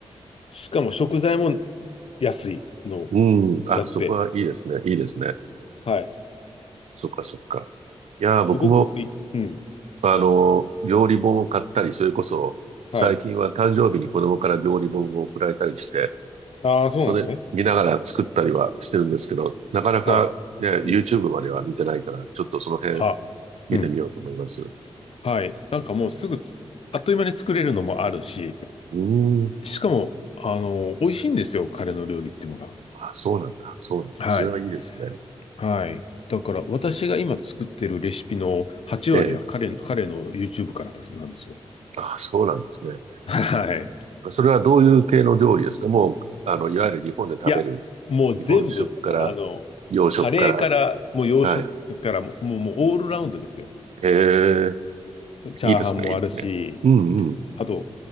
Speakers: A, on the left; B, on the right.
A: しかも食材も安いのを使って、
B: うん。あ、そこはいいですね。いいですね。
A: はい。
B: そっか、そっか。いやー、
A: すごくいい、
B: 僕も、
A: うん。
B: あの、料理本を買ったり、それこそ、最近は誕生日に子供から料理本を送られたりして、
A: はい。ああ、そうなんですね。
B: それ見ながら作ったりはしてるんですけど、なかなかね、
A: はい。うん。
B: YouTube までは見てないから、ちょっとその辺、
A: あ、
B: 見てみようと思います。
A: うん。
B: う
A: はい。なんかもうすぐつ、あっという間に作れるのもあるし、
B: ーん。
A: しかも、あの、美味しいんですよ、彼の料理っていうのが。
B: あ、そうなんだ。そうなんだ。
A: はい。
B: それはいいですね。
A: はい。だから、私が今作ってるレシピの8割は彼、
B: ええ。
A: 彼の YouTube からです、なんですよ。
B: あ、そうなんですね。
A: はい。
B: それはどういう系の料理ですかもう、あの、いわゆる日本で食べる、
A: いや、もう全部、
B: 日本食から、
A: あの、
B: 洋食から。
A: カレーから、もう洋食からもう、
B: はい。
A: もう、もうオールラウンドですよ。
B: ええ。
A: チャーハンもあるし、
B: いいですね。いいですね。うんうん。
A: あと、